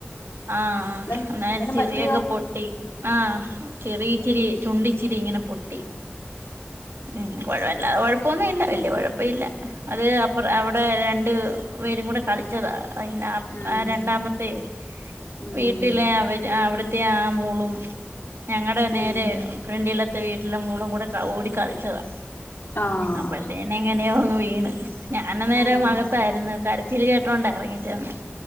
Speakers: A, on the right (about 80°); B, on the left (about 70°).
A: ആഹ്
B: എന്തേലും
A: ഇന്നാ അയിന്റെ
B: എന്തേലും
A: ചിറിയൊക്കെ
B: പറ്റിയോ
A: പൊട്ടി ആഹ് ചിറി ഇച്ചിരി ചുണ്ട് ഇച്ചിരി ഇങ്ങനെ പൊട്ടി ഉം കൊഴ വല്ലാ കൊഴപ്പൊ ഒന്നും വില്ലാ വല്ല്യ കൊഴ പ്പി ഇല്ലാ അത് അപ്പ്റം അയുടെ രണ്ട് പേരും കൂടെ കളി ച്ചെതാ പിന്നെ അപ്പ്
B: ഉം
A: ആ രണ്ടാമത്തെയ്
B: ഉം
A: വീട്ടിലെ അവര് അവ്ടത്തെ ആ മോളും ഞങ്ങടെ നേരെ
B: ഉം
A: ഫ്രണ്ടില ത്തെ വീട്ട്ലെ മോളും കൂടെ ക ഓടി കളിച്ചെതാ
B: ആഹ്
A: അപ്പഴത്തെന് എങ്ങനെയോ അങ്ങ് വീണ്. ഞാൻ അന്നേരം
B: ആഹ്
A: അകത്തായിര്ന്ന് കരച്ചിൽ കേട്ടോണ്ടാ അറങ്ങി ചെന്നെ